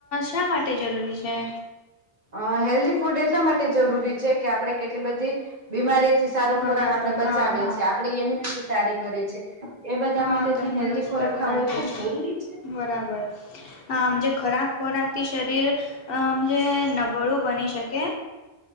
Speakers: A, on the left; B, on the right.
A: શા માટે જરૂરી છે?
B: અ હેલ્ધી ફૂડ એટલા માટે જરૂરી છે કે આપડે કેટલી બધી બીમારીથી. સારો
A: બરાબર
B: ખોરાક આપને બચાવે
A: હા હા
B: છે આપડી એમ્યુનિતી સારી કરે છે. એ બધા
A: હા
B: માટે
A: તંદુરસ્ત
B: થઈને હેલ્ધી ખોરાક
A: બી
B: ખાવો
A: રાખે
B: એ ખુબ
A: છે.
B: જરૂરી છે
A: બરાબર. આમ જે ખરાબ ખોરાખતી શરીર. અમ જે નબળું બની શકે.